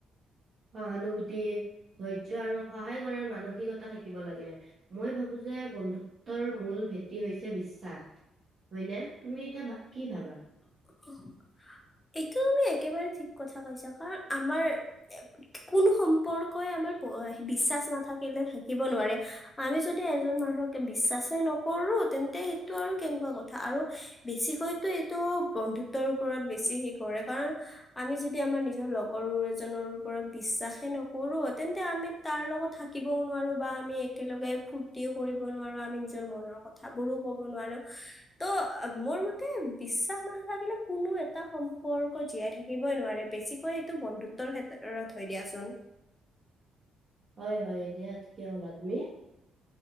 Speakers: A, on the right (about 45°); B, on the left (about 20°).
A: সহানুভূতি ধৈৰ্য্য আৰু সহায় কৰাৰ মানসিকতা থাকিব লাগে, মই ভাবো যে বন্ধুত্বৰ মূল ভেটি হৈছে বিশ্বাস হয়নে? তুমি এতিয়া ভা কি ভাবা?
B: <inaudible> এইটো আমি একেবাৰে ঠিক কথা কৈছা কাৰণ আমাৰ কোনো সম্পৰ্কই আমাৰ ব এ বিশ্বাস নাথাকিলে থাকিব নোৱাৰে। আমি যদি এজন মানুহকে বিশ্বাসে নকৰো তেন্তে সেইটো আৰু কেনেকুৱা কথা আৰু বেছিকৈতো এইটো বন্ধুত্বৰ ওপৰত বেছি হেই কৰে কাৰণ আমি যদি আমাৰ নিজৰ লগৰ এজনৰ ওপৰত বিশ্বাসে নকৰো তেন্তে আমি তাৰ লগত থাকিবও নোৱাৰো বা আমি একেলগে ফূুৰ্তিও কৰিব নোৱাৰো আমি নিজৰ মনৰ কথা কথাবোৰো কব নোৱাৰো, ত মোৰ মতে বিশ্বাস নাথাকিলে কোনো এটা সম্পৰ্ক জীয়াই থাকিবই নোৱাৰে, বেছিকৈ সেইটো বন্ধুত্বৰ ক্ষেত্ৰত হয় দিয়াচোন।
A: হয় হয় এতিয়া ঠিকে কলা তুমি।